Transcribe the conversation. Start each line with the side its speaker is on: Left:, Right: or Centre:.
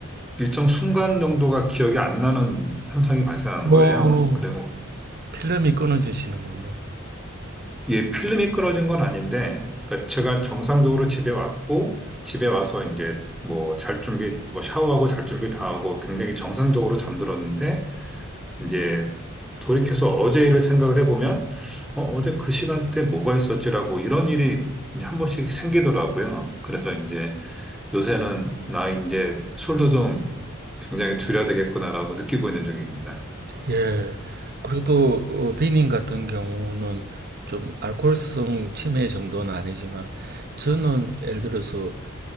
Centre: 일정 순간 정도가 기억이 안 나는 현상이 발생한
Right: 뭐,
Centre: 거예요. 그리고
Right: 필름이 끊어지시는군요.
Centre: 이게 필름이 끊어진 건 아닌데 그러니까 제가 정상적으로 집에 왔고 집에 와서 이제 뭐 잘 준비, 뭐 샤워하고 잘 준비 다 하고 굉장히 정상적으로 잠들었는데 이제 돌이켜서 어제 일을 생각을 해보면 어, 어제 그 시간대 뭐가 있었지라고 이런 일이 이제 한 번씩 생기더라고요. 그래서 이제 요새는 나 이제 술도 좀 굉장히 줄여야 되겠구나라고 느끼고 있는 중입니다.
Right: 예. 그리고 또 어, 비님 같은 경우는 좀 알코올성 치매 정도는 아니지만 저는 예를 들어서